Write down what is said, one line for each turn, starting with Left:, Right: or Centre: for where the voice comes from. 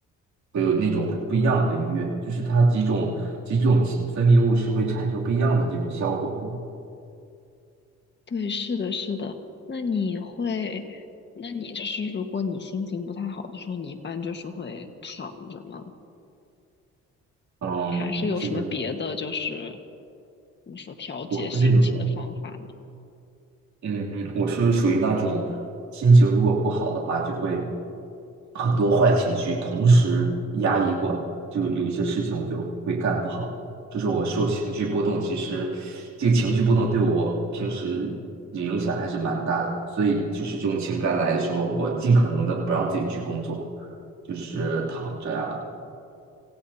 Right: 会有那种不一样的愉悦，就是它几种几种分泌物是会产生不一样的这种效果的。
Left: 对，是的，是的。那你会，那你就是如果你心情不太好的时候，你一般就是会躺着吗？
Right: 嗯，
Left: 还是有什么别的，
Right: 我是这，
Left: 就是怎么说调节心情的方法呢？
Right: 我是那种嗯，我是属于那种心情如果不好的话，就会很多坏情绪同时压抑过，就有一些事情我就会干不好。就是我受情绪波动，其实这个情绪波动对我平时影响还是蛮大的。所以就是这种情感来的时候，我尽可能的不让自己去工作，就是躺着呀、